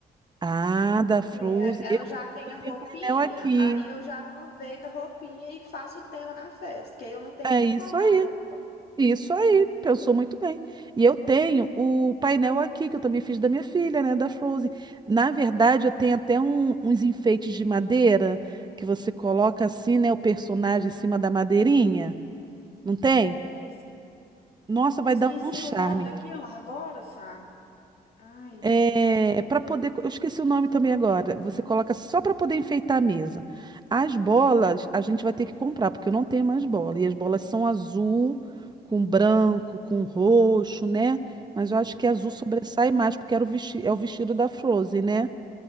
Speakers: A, on the right; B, on the left.
A: Ah,
B: Porque
A: da Fruze.
B: ela
A: Eu,
B: já tem
A: eu
B: a
A: tenho
B: roupinha,
A: painel aqui.
B: aí eu já aproveito a roupinha e faço o tema da festa, que aí eu não tenho
A: É
B: nem
A: isso
B: que comprar
A: aí.
B: roupa.
A: Isso aí. Pensou muito bem. E eu tenho o painel aqui, que eu também fiz da minha filha, né? Da Frozen. Na verdade, eu tenho até um- uns enfeites de madeira que você coloca assim, né? O personagem em cima da madeirinha. Não tem?
B: Sei sim.
A: Nossa,
B: Eu
A: vai
B: esqueci
A: dar um charme.
B: o nome daquilo agora, sabe? Ai,
A: É, para poder, eu esqueci o nome também agora. Você coloca assim, só para poder enfeitar a mesa. As bolas a gente vai ter que comprar, porque eu não tenho mais bola. E as bolas são azul, com branco, com roxo, né? Mas eu acho que
B: é,
A: azul sobressai mais, porque era o vesti- é o vestido da Frozen, né?